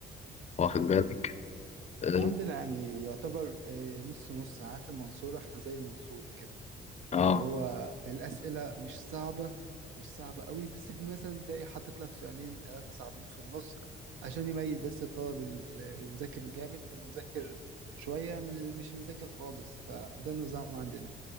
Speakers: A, on the left; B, on the right.
A: واخد بالك اه
B: احنا عندنا يعني يعتبر آه، نص نص عارف المنصوره احنا زي المنصوره كده
A: آه.
B: اللي هو الأسئلة مش صعبة مش صعبة قوي بس انت مثلا تلاقي حاطط لك سؤالين ثلاثة صعبين في النص عشان يميز بس الطالب ال- المذاكر الجامد من المذاكر شوية من اللي مش مذاكر خالص فده النظام عندنا